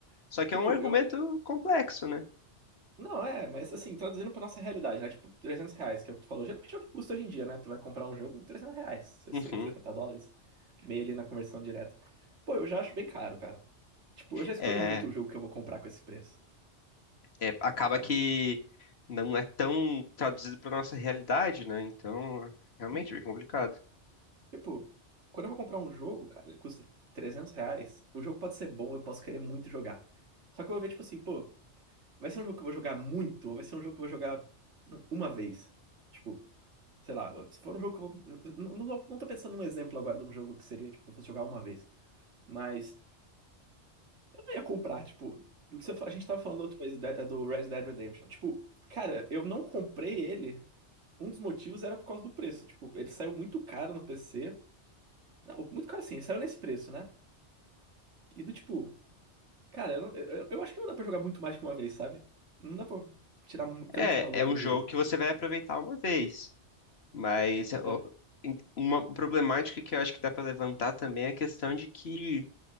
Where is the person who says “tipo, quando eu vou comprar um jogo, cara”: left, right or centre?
Right